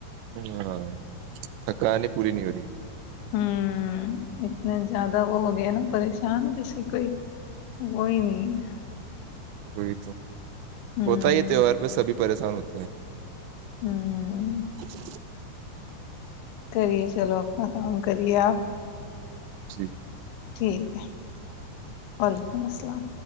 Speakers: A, on the right (about 80°); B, on the left (about 80°).
A: ہاں تھکا نے پوور نہیں ہوی
B: ہوں اتنے زیادہ وہ ہو گیا نا پ چان جس کی کوئی وہ ہی نہیں ہے
A: وہئی تو
B: ہے
A: ہوتا
B: ہ
A: ہی تہوار پہ سبھی پریشان ہوتے ہیں
B: ہ
A: اچی
B: کریے چلو اپنا کام کریا
A: جی
B: ٹھیک ہے وعلیکم السلام